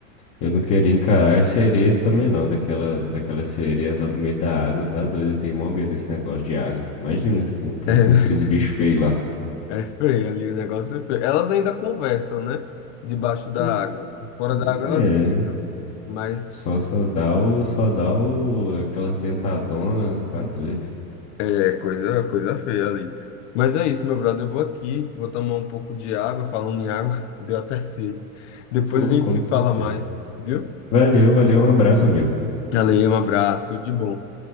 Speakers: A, on the left; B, on the left.
A: Eu não queria encarar as sereias também, não. Daquela, daquelas sereias lá do meio da água. Dá doido, eu tenho mó medo desse negócio de água. Imagina, assim, enfrentando
B: É,
A: aqueles bichos feios lá.
B: <laughs> é feio ali, o negócio é feio. Elas ainda conversam, né? Debaixo da
A: Hum,
B: água. Fora
A: hum,
B: da água
A: É,
B: elas gritam. Mas
A: só, só dá o, só dá o, aquelas dentadonas. Tá doido.
B: é coisa, coisa feia ali. Mas é isso, meu brother. Eu vou aqui, vou tomar um pouco de água. Falando em água, <laughs> deu até sede. Depois
A: Porra,
B: a gente
A: com
B: se
A: certeza.
B: fala mais, viu?
A: Valeu, valeu, um abraço, amigo.
B: Valeu, um abraço, tudo de bom.